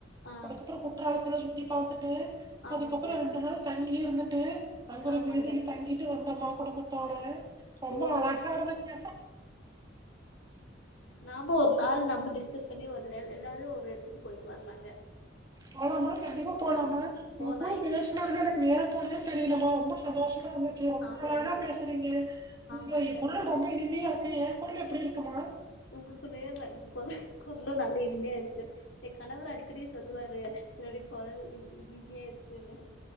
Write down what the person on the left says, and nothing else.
ஆ
ஆமாங்க
ஆமாங்க
ஓ
நா-
நாம ஒரு நாள் நம்ம டிஸ்கஸ் பண்ணி ஒரு எல்ல ஒரு எடத்துக்கு போயிட்டு வரலாங்க
போலாய்
ஆ
எனக்கு
ஆமாங்க
உங்களுக்குன்னே கொ கொரலும் நல்ல இனிமையா இருக்கு என் கணவர் அடிக்கடி சொல்லுவாரு <unintelligible> கொரல் இனிமையா இருத்துல்ல